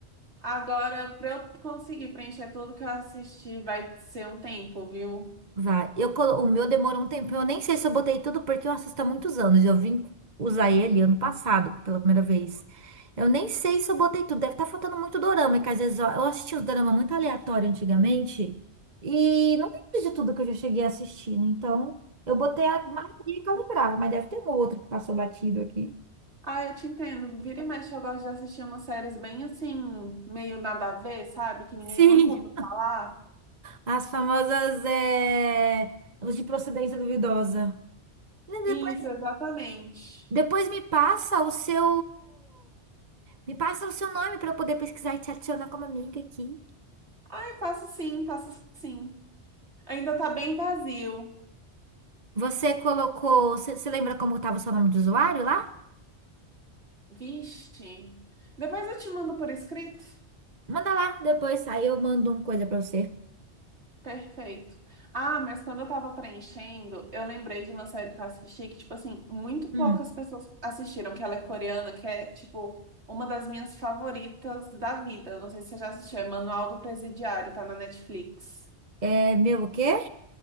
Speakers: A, on the right; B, on the right.
A: Agora, pra eu conseguir preencher tudo que eu assisti, vai ser um tempo, viu?
B: Vai. Eu colo... O meu demorou um tempo. Eu nem sei se eu botei tudo porque eu assisto há muitos anos. Eu vim usar ele ano passado, pela primeira vez. Eu nem sei se eu botei tudo. Deve estar faltando muito dorama, que às vezes eu eu assistia os dorama muito aleatório antigamente. E não tem de tudo que eu já cheguei assistindo. Então, eu botei a maioria que eu lembrava, mas deve ter um ou outro que passou batido aqui.
A: Ah, eu te entendo. Vira e mexe, eu gosto de assistir umas séries bem assim, meio nada a ver, sabe? Que ninguém
B: Sim.
A: nunca ouviu falar.
B: As famosas, é, os de procedência duvidosa. Depois,
A: Isso, exatamente.
B: depois me passa o seu, me passa o seu nome para eu poder pesquisar e te adicionar como amiga aqui.
A: Ai, faço sim, faço sim. Ainda tá bem vazio.
B: Você colocou, você você lembra como tava o seu nome de usuário lá?
A: Vixe. Depois eu te mando por escrito.
B: Manda lá, depois aí eu mando uma coisa para você.
A: Perfeito. Ah, mas quando eu tava preenchendo, eu lembrei de uma série que eu assisti que, tipo assim, muito
B: Hum.
A: poucas pessoas assistiram, que ela é coreana, que é, tipo, uma das minhas favoritas da vida. Não sei se você já assistiu, é Manual do Presidiário, tá na Netflix.
B: É meu o quê?